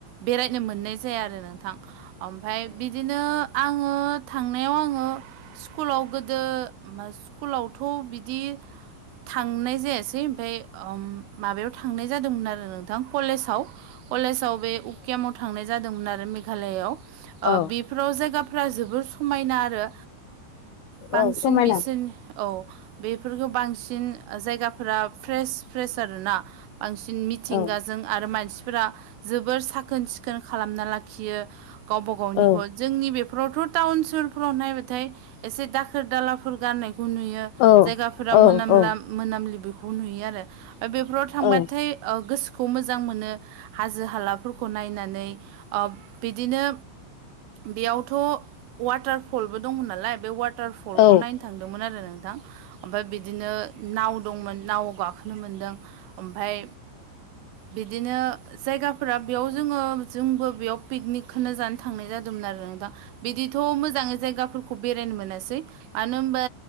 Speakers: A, on the right (about 85°); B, on the left (about 80°).
A: बेरायनो मोननाय जाया आरो नोंथां। ओमफ्राय बिदिनो आङो थांनायाव आङो स्कुलाव गोदो स्कुलावथ' बिदि थांनाय जायासै ओमफफ्राय माबायाव थांनाय जादोंमोन आरो नोंथां कलेजाव कलेजाव बे उकियामाव थांनाय जादोंमोन आरो मेघालययाव
B: औ
A: बेफोराव जायगाफ्रा जोबोर समायना आरो बांसिन
B: औ समायना
A: बिसिन औ बेफोरखौ बांसिन जायगाफोरा फ्रेस फ्रेस आर ना बांसिन मिथिंगा
B: औ
A: जों आरो मानसिफोरा जोबोर साखोन सिखोन खालामना लाखियो गावबा गावनिखौ।
B: औ
A: जोंनि बेफोरावथ' टाउन सहुरफ्राव नायबाथाय एसे दाखोर दाला फोर गाननायखौ नुयो
B: औ
A: जायगाफोरा
B: औ
A: मोनामला
B: औ
A: मोनामलि बेखौ नुयो आरो मफ्राय बेफोराव थांबाथाय
B: औ
A: गोसोखौ मोजां मोनो हाजो हालाफोरखौ नायनानै बिदिनो बेयावथ' वाटार फलबो दंमोन नालाय बे वाटार फलखौ
B: औ
A: नायनो थांदोंमोन आरो नोंथां ओमफ्राय बिदिनो नाव दंमोन नावआव गाखोनो मोनदों ओमफफ्राय बिदिनो जायगाफोरा बेयाव जोङो जोंबो बेयाव पिकनिकखौो जानो। थांनाय जादोंमोन आरो नों दा बिदिथ' मोजाङै जायगाफोरखौ बेरायनो मोनासै मानो होनबा